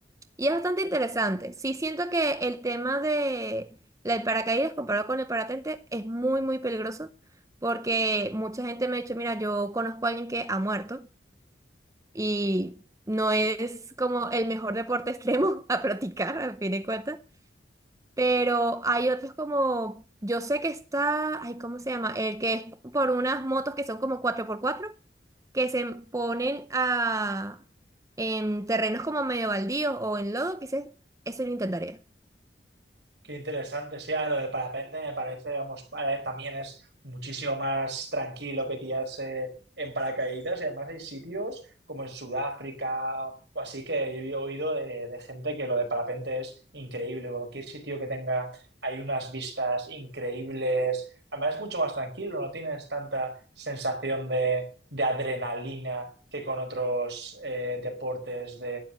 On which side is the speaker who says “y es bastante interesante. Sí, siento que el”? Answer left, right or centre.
Right